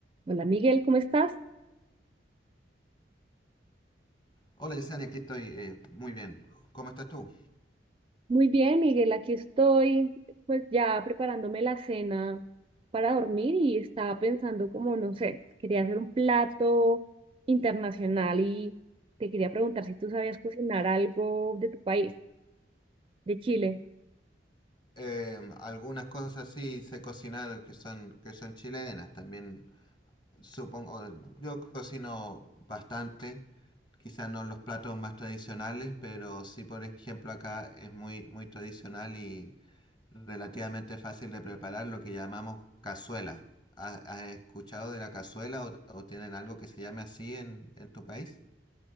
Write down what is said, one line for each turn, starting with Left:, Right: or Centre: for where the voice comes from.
Right: Hola Miguel, ¿cómo estás?
Left: Hola Yesenia, aquí estoy. eh, muy bien. ¿Cómo estás tú?
Right: Muy bien, Miguel, aquí estoy, pues ya preparándome la cena para dormir y estaba pensando como, no sé, quería hacer un plato internacional y te quería preguntar si tú sabías cocinar algo de tu país, de Chile.
Left: Eh, algunas cosas sí sé cocinar que son, que son chilenas. También supongo, yo cocino bastante. Quizás no los platos más tradicionales, pero sí, por ejemplo, acá es muy, muy tradicional y relativamente fácil de preparar lo que llamamos cazuela. ¿Ha- ¿Has escuchado de la cazuela o, o tienen algo que se llame así en, en tu país?